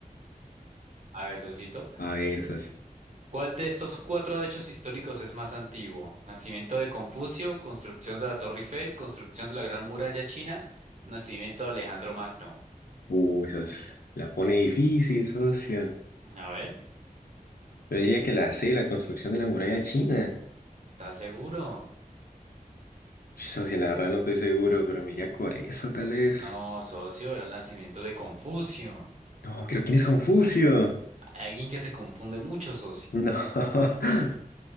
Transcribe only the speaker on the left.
A ver, socio.
Uy, socio, la pone difícil, socio.
Yo diría que la C, la construcción de la muralla china.
Socio, la verdad no estoy seguro, pero me iría por eso tal vez.
No, creo quién es Confucio.
No. <laughs>